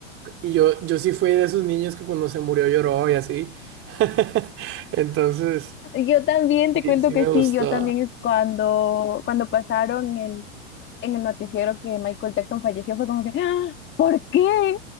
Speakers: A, on the right (about 35°); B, on the left (about 30°).
A: Y yo, yo sí fui de esos niños que cuando se murió lloró y así. <laughs> Entonces,
B: Yo también
A: sí,
B: te cuento
A: sí
B: que
A: me gustó.
B: sí, yo también es cuando, cuando pasaron el en el noticiero que Michael Jackson falleció fue como que, ¡Ah! ¿por qué?